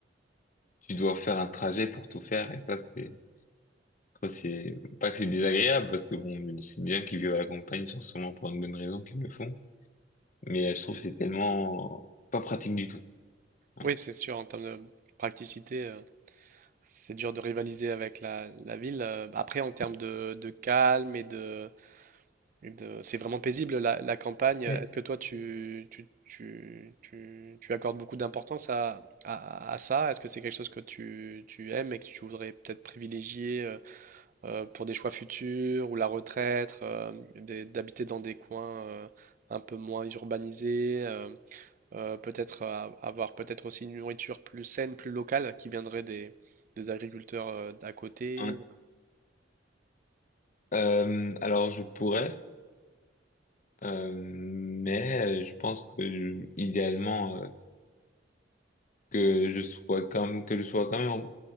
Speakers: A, on the left; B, on the right.
A: tu dois faire un trajet pour tout faire et ça c'est après, c'est pas que c'est désagréable parce que bon c'est bien qu'ils vivent à la campagne ils sont sûrement pour une bonne raison qu'ils le font mais euh, je trouve que c'est tellement pas pratique du tout hein.
B: Oui, c'est sûr, en termes de praticité, euh, c'est dur de rivaliser avec la, la ville. Euh, Après, en termes de, de calme et de, Et de- C'est vraiment paisible la, la campagne. Est-ce
A: Mm.
B: que toi tu, tu, tu, tu- tu accordes beaucoup d'importance à, à- à ça? Est-ce que c'est quelque chose que tu, tu aimes et que tu voudrais peut-être privilégier euh, euh, pour des choix futurs ou la retraite, euh, des- d'habiter dans des coins euh, un peu moins urbanisés, euh, euh, peut-être euh, avoir peut-être aussi une nourriture plus saine, plus locale qui viendrait des, des agriculteurs euh, d'à côté?
A: Ouais. Euh, alors je pourrais euh, mais euh, je pense que je- idéalement euh, que je sois quand même, que je sois quand même